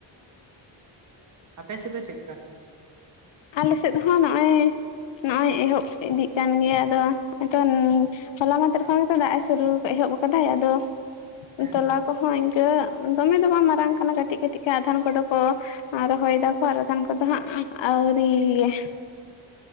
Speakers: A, on the right; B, on the left.
A: ᱟᱯᱮᱥᱮᱫ ᱫᱚ ᱪᱮᱫ ᱠᱟ?
B: ᱟᱞᱮ ᱥᱮᱫ ᱦᱚᱸ ᱱᱚᱜᱼᱚᱭ ᱱᱚᱜᱼᱚᱭ ᱮᱦᱚᱵ ᱤᱫᱤᱜ ᱠᱟᱱ ᱜᱮᱭᱟ ᱟᱫᱚ ᱟᱫᱚ <unintelligible> ᱦᱚᱞᱟ ᱢᱟᱫᱷᱮᱨ ᱠᱷᱚᱱ ᱜᱮᱛᱚ ᱫᱟᱜ ᱮ ᱥᱩᱨᱩ ᱮᱦᱚᱵ ᱠᱟᱫᱟᱭ ᱟᱫᱚ
A: ᱦᱮᱸ
B: ᱛᱚᱞᱟ ᱠᱚᱦᱚᱸ ᱤᱱᱠᱟᱹ ᱫᱚᱢᱮ ᱫᱚ ᱵᱟᱝ ᱢᱟᱨᱟᱝ ᱠᱟᱱᱟ ᱠᱟᱹᱴᱤᱡ ᱠᱟᱹᱴᱤᱡ ᱜᱮ ᱟᱫᱷᱟᱱ ᱠᱚᱫᱚ ᱠᱚ ᱨᱚᱦᱚᱭ ᱫᱟ ᱠᱚ ᱟᱨ ᱟᱫᱷᱟᱱ ᱠᱚᱫᱚ ᱦᱟᱸᱜ <unintelligible> ᱟᱣᱨᱤ <unintelligible>